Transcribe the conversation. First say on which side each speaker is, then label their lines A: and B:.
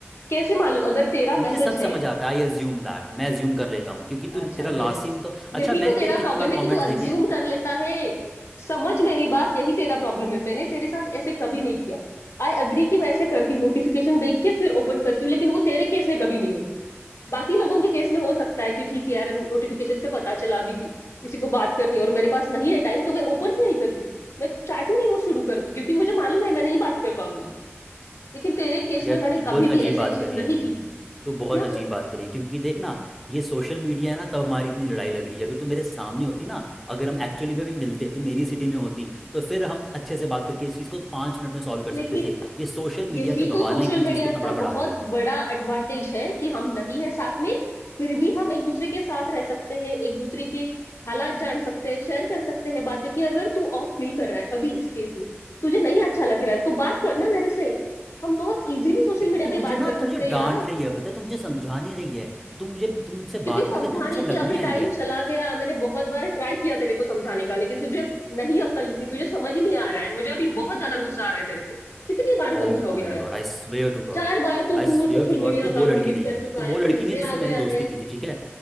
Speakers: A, on the left; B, in the centre.
A: कैसे मालूम अगर तेरा
B: मुझे
A: मैसेज
B: सब समझ
A: है
B: आता है आई अज्यूम दैट मैं अज्यूम कर लेता हूँ क्योंकि तू
A: अच्छा
B: तेरा लास्ट
A: यस
B: सीन तो
A: यही
B: अच्छा मैंने
A: तो तेरा
B: तेरे कितनी
A: प्रॉब्लम
B: बार
A: है
B: कमेंट्स
A: कि तू अज्यूम
B: देखे हैं
A: कर लेता है समझ मेरी बात यही तेरा प्रॉब्लम है मैंने तेरे साथ ऐसे कभी नहीं किया आई अग्री कि मैं ऐसे करती हूँ नोटिफिकेशन देख के फिर ओपन करती हूँ लेकिन वो तेरे केस में कभी नहीं होती बाकी लोगों के केस में हो सकता है कि ठीक है यार नोटिफिकेशन से पता चला अभी कि किसी को बात करनी है और मेरे पास नहीं है टाइम तो मैं ओपन ही नहीं करती मैं चैट ही नहीं वो शुरू करती क्योंकि मुझे मालूम है मैं नहीं बात कर पाऊंगी लेकिन तेरे केस
B: यार
A: में मैंने
B: तू बहुत
A: कभी भी
B: अजीब
A: ऐसी
B: बात
A: चीज
B: कर रही
A: नहीं
B: है तू
A: की
B: तू बहुत
A: क्या
B: अजीब बात करी है क्योंकि देख ना ये सोशल मीडिया है ना तब हमारी इतनी लड़ाई लग रही है अगर तू मेरे सामने होती ना अगर हम
A: हम्म।
B: एक्चुअली में भी मिलते तू मेरी सिटी में होती तो फिर हम अच्छे से बात करके इस चीज़ को पाँच मिनट में सॉल्व कर
A: लेकिन
B: सकते थे ये सोशल
A: यही
B: मीडिया के
A: तो
B: बवाल
A: सोशल
B: ने इतनी
A: मीडिया
B: चीज़ को इतना
A: का
B: बड़ा बढ़ा
A: बहुत
B: दिया
A: बड़ा एडवांटेज है कि हम नहीं है साथ में फिर भी हम एक दूसरे के साथ रह सकते हैं एक दूसरे के हालात जान सकते हैं शेयर कर सकते हैं बातें कि अगर तू ऑफ फील कर रहा है अभी इस केस में तुझे नहीं अच्छा लग रहा है तो बात करना मेरे से हम बहुत इजीली सोशल
B: फिर
A: मीडिया
B: तू
A: पे
B: मुझे
A: बात
B: ना
A: कर
B: तू
A: सकते
B: मुझे डांट
A: हैं यार
B: रही है पता है तू मुझे समझा नहीं रही है तू मुझे तू मुझसे
A: क्योंकि
B: बात
A: समझाने
B: नहीं कर तू मुझसे
A: की
B: लड़ने
A: अभी
B: आई
A: टाइम
B: है
A: चला गया मैंने बहुत बार ट्राई किया तेरे को समझाने का लेकिन तुझे नहीं अक्ल उतनी तुझे समझ ही नहीं आ रहा है मुझे अभी बहुत ज्यादा गुस्सा आ रहा है तेरे पे कितनी बार समझाऊं
B: Oh my
A: यार
B: god I swear to god
A: चार बार तो
B: I swear
A: तू सोशल
B: to god
A: मीडिया
B: तू
A: अकाउंट
B: वो लड़की
A: डिलीट
B: नहीं
A: कर
B: है
A: चुका
B: तू वो
A: है
B: लड़की
A: फिर
B: नहीं
A: से
B: है जिससे
A: आ गया
B: मैंने दोस्ती
A: है
B: की थी ठीक है